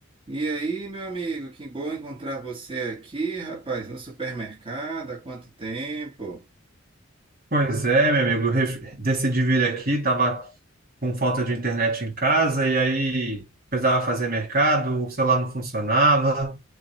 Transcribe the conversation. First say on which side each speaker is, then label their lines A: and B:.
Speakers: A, on the right (about 25°); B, on the right (about 45°).
A: E aí, meu amigo, que bom encontrar você aqui, rapaz, no supermercado, há quanto tempo?
B: Pois é, meu amigo, eu ref- decidi vir aqui, tava com falta de internet em casa e aí precisava fazer mercado, o celular não funcionava.